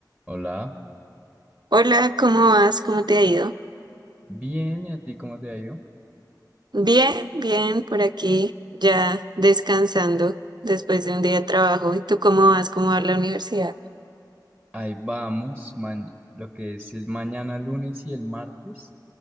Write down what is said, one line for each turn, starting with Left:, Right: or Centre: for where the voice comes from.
Centre: Hola,
Right: Hola, ¿cómo vas? ¿Cómo te ha ido?
Centre: bien, ¿y a ti cómo te ha ido?
Right: Bien, bien, por aquí ya descansando después de un día de trabajo. ¿Y tú cómo vas? ¿Cómo va la universidad?
Centre: Ahí vamos, ma- lo que es el mañana lunes y el martes.